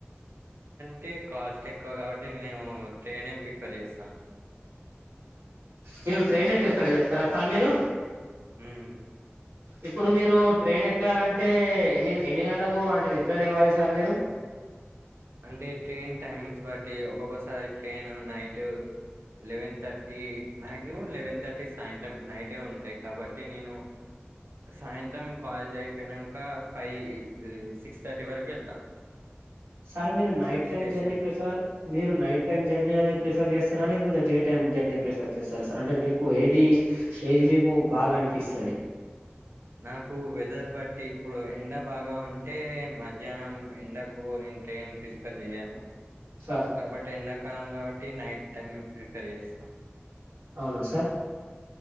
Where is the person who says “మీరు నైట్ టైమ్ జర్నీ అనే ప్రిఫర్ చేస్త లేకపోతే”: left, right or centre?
Right